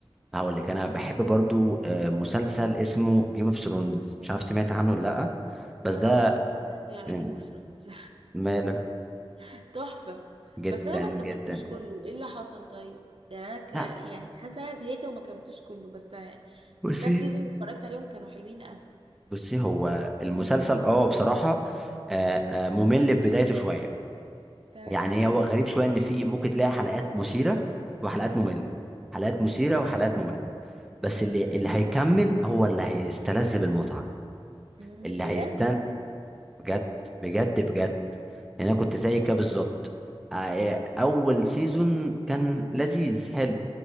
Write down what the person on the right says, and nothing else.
يا
رب يا ربي على
جيم اوف ثرونز
<laughs> تحفة
بس انا ما كملتوش
كله ايه اللي حصل طيب يعني انا ك...
يعني حاسه انا زهقت وما كملتوش كله بس
الكام سيزون اللي اتفرجت عليهم كانوا حلوين قوي
تمام
حلو
امم
بجد